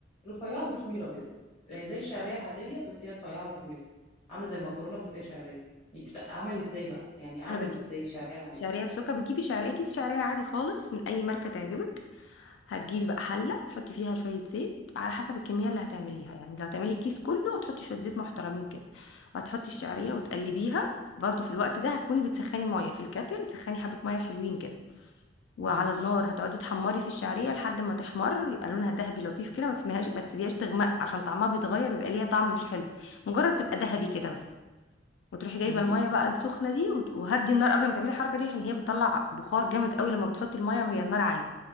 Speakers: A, on the left (about 30°); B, on the left (about 75°).
A: رفيعة وطويلة كده يعني زي الشعرية
B: آه.
A: العادية بس هي رفيعة وطويلة عاملة زي المكرونة بس هي شعرية دي بت... اعمل ازاي بقى يعني اعمل
B: أنا بجيب
A: ازاي الشعرية العادية
B: شعرية بسكر بتجيبي شعرية كيس شعرية عادي خالص من أي ماركة تعجبك هتجيبي بقى حلة تحطي فيها شوية زيت على حسب الكمية اللي هتعمليها يعني لو هتعملي الكيس كله هتحطي شوية زيت محترمين كده وهتحطي الشعرية
A: مم.
B: وتقلبيها برضه في الوقت ده هتكوني بتسخني مية في الكاتل تسخني حبة مية حلوين كده وعلى
A: ماشي
B: النار هتقعدي تحمري في الشعرية لحد ما تحمر يبقى لونها ذهبي لطيف كده ما تسميهاش ما تسيبيهاش تغمق عشان طعمها بيتغير بيبقى ليها طعم مش حلو مجرد تبقى ذهبي كده بس وتروحي جايبه
A: ماشي
B: الميه بقى السخنه دي وت- وهدي النار قبل ما تعملي الحركه دي عشان هي بتطلع بخار جامد قوي لما بتحطي الميه وهي النار عاليه